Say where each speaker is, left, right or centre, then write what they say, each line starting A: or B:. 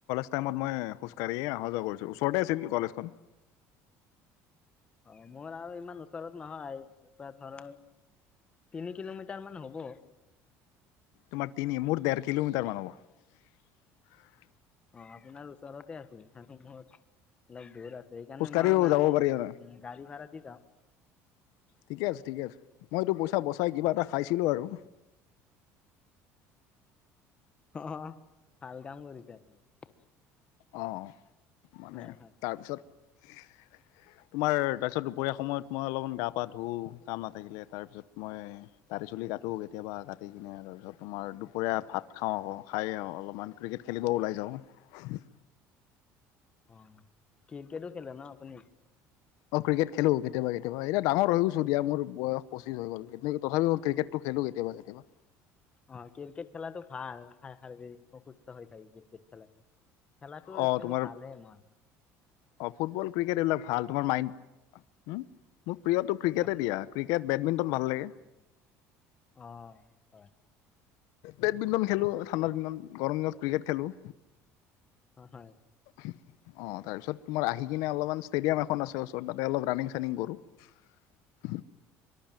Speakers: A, on the left (about 75°); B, on the left (about 20°).
A: সেইটো টাইমত মই খোজ কাঢ়িয়ে অহা যোৱা কৰিছো ওচৰতে আছিল কলেজখন।
B: অ' মোৰ আৰু ইমান ওচৰত নহয়, এতিয়া ধৰক তিনি কিলোমিটাৰ মান হ'ব।
A: তোমাৰ তিনি, মোৰ দেৰ কিলোমিটাৰ মান হ'ব।
B: অ' আপোনাৰ ওচৰতে আছিল আৰু মোৰ অলপ দূৰ আছে। সেইকাৰণে
A: খোজ কাঢ়িও
B: মই মানে
A: যাব পাৰি আৰু
B: উম, গাড়ী ভাড়া দি যাওঁ
A: ঠিকে আছে ঠিকে আছে। মইটো পইচা বচাই কিবা এটা খাইছিলো আৰু।
B: অ' ভাল কাম কৰিছে আপোনি।
A: অৱ, মানে
B: হয় হয়
A: তাৰপিছত তোমাৰ তাৰপিছত দুপৰীয়া সময়ত মই অলপমান গা পা ধুওঁ কাম নাথাকিলে। তাৰপিছত মই দাড়ি চুলি কাটো কেতিয়াবা কাটি কিনে আৰু তোমাৰ দুপৰীয়া ভাত খাওঁ আকৌ, খাই অলপমান ক্ৰিকেট খে খেলিব ওলাই যাওঁ।
B: অ' ক্ৰিকেটো খেলে ন আপুনি?
A: অ' ক্ৰিকেট খেলো কেতিয়াবা কেতিয়াবা। এতিয়া ডাঙৰ হৈ গৈছো দিয়া মোৰ বয়স পঁচিছ হৈ গ'ল, তথাপিও ক্ৰিকেটটো খেলো কেতিয়াবা কেতিয়াবা।
B: অ' ক্ৰিকেট খেলাটো ভাল, শাৰীৰিক সুস্থ হৈ থাক ক্ৰিকেট <unintelligible> খেলাটো
A: অ
B: একছোৱেলি
A: তোমাৰ
B: ভালে ন।
A: অ' ফুটবল, ক্ৰিকেট সেইবিলাক ভাল। তোমাৰ মাইণ্ড মোক প্ৰিয়টো ক্ৰিকেটে
B: আপোনাৰ
A: দিয়া ক্ৰিকেট বেডমিণ্টন ভাল লাগে।
B: অ হয়।
A: বেডমিণ্টন খেলোঁ ঠাণ্ডাৰ দিনত গৰম দিনত ক্ৰিকেট খেলোঁ
B: অ হয়।
A: অ তাৰপিছত তোমাৰ আহি কিনে অলপমান ষ্টেডিয়াম এখন আছে ওচৰত তাতে অলপ ৰানিং চানিং কৰো <unintelligible>